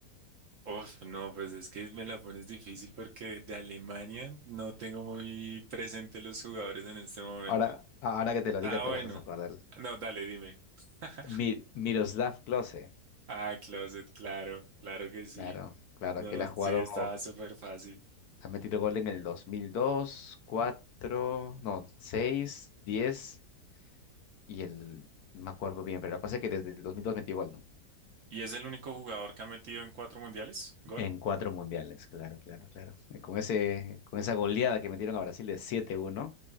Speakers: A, on the right; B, on the left.
A: Uf, no, pues es que me la pones difícil porque de Alemania no tengo muy presente los jugadores en este momento.
B: Ahora, ahora que te lo
A: Ah,
B: diga te
A: bueno.
B: vas a acordar.
A: No, dale, dime. <laughs>
B: Mi- Miroslav Klose,
A: Ah, Closet, claro, claro que sí.
B: claro, claro,
A: No,
B: que él ha jugado,
A: sí, estaba súper fácil.
B: ha metido gol en el 2002, 4 no, 6 10 y el, no me acuerdo bien, pero la cosa es que desde el 2002 metió gol, ¿no?
A: ¿Y es el único jugador que ha metido en cuatro mundiales? ¿Gol?
B: En cuatro mundiales, claro, claro, claro. Eh, Con ese, con esa goleada que metieron a Brasil de siete uno,